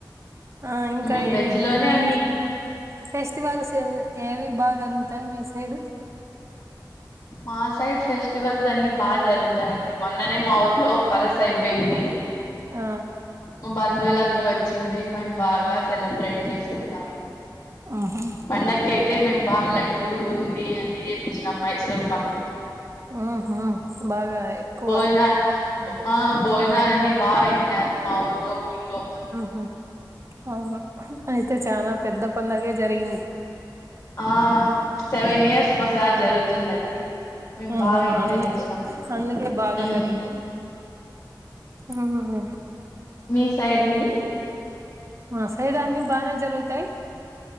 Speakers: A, on the right; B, on the left.
A: ఆ ఇంకా
B: మేము
A: ఏమేమి
B: వెజ్ లోనే
A: మీ
B: అన్ని
A: ఫెస్టివల్స్ ఏవి బాగా జరుగుతాయి మీ సైడ్
B: మా సైడ్ ఫెస్టివల్స్ అన్ని బాగా జరుగుతాయండి మొన్ననే మా ఊర్లో పరస అయిపోయింది
A: ఆ
B: మా బంధువులందరూ వచ్చింది మేము బాగా సెలబ్రేట్ చేసుకుంటాం
A: ఆహా
B: పండకి అయితే మేం బా లడ్టు బూంది అన్నీ చేపిచినాం మైసూర్ బ <unintelligible>
A: ఆహా బాగా ఎక్కువ
B: బోజనా ఆ బోజనాలు
A: ఆ!
B: అన్ని బాగా పెట్నారు <unintelligible>
A: ఆహా అవును అయితే చాలా పెద్ద పండుగే జరిగింది
B: ఆ సెవెన్ ఇయర్స్ కోసారి జరుగుతుందండి మేము
A: ఆహ
B: బాగా ఎంజాయ్
A: అందుకే
B: చేసినాం
A: అందుకే బాగా
B: ఉమ్.
A: జరిగంది ఆహా హా
B: మీ సైడ్ అండి
A: ఆ సైడ్ అన్ని బానే జరుగుతాయి